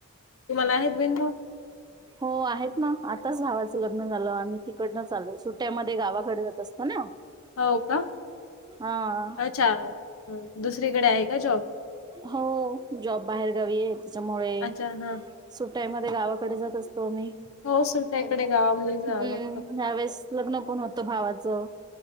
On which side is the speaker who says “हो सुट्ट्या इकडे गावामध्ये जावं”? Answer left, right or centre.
Left